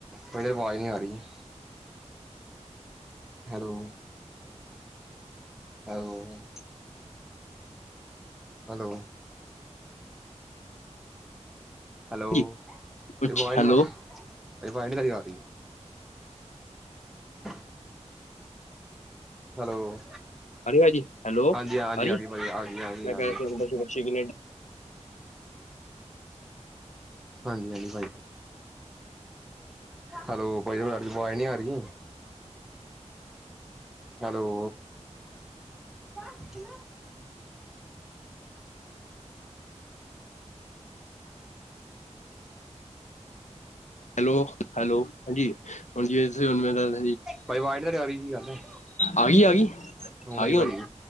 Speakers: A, in the centre; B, on the left.
A: ਪਹਿਲੇ ਆਵਾਜ਼ ਨਹੀਂ ਆ ਰਹੀ ਹੈਲੋ ਹੈਲੋ ਹੈਲੋ ਹੈਲੋ
B: ਜੀ
A: ਭਾਜੀ
B: ਕੁਛ
A: ਆਵਾਜ਼
B: ਹੈਲੋ
A: ਨਹੀਂ ਆ ਰਹੀ ਭਾਈ ਵਾਈ ਨਹੀਂ ਤਾਰੀ ਆ ਰਹੀ <inaudible> ਹੈਲੋ
B: ਹੈਲੋ ਭਾਜੀ, ਹੈਲੋ
A: ਹਾਂਜੀ ਹਾਂਜੀ
B: ਆਰੀ
A: ਆ ਗਈ ਭਾਜੀ ਆ ਗਈ ਆ ਗਈ
B: ਮੈਂ
A: ਆ
B: ਕਹਿਆ
A: ਗਈ ਹਾਂਜੀ ਹਾਂਜੀ
B: <inaudible>
A: ਹਾਂਜੀ -ਹਾਂਜੀ ਭਾਈ ਹੈਲੋ, ਭਾਈ ਆਵਾਜ਼ ਨਹੀਂ ਆ ਰਹੀ ਹੈਲੋ ਵਾਹਿਗੁਰੂ
B: ਹੈਲੋ- ਹੈਲੋ ਹਾਂਜੀ ਹੁਣ ਜਿਵੇ ਤੁਸੀਂ ਹੁਣ ਮੇਰੇ ਨਾਲ
A: ਭਾਈ ਆਵਾਜ ਨੀ ਆ ਰਹੀ ਕੀ ਗੱਲ ਹੈ
B: ਆ ਗਈ -ਆ ਗਈ ਆ
A: ਆਈ
B: ਗਈ
A: ਭਾਜੀ
B: ਹੁਣ,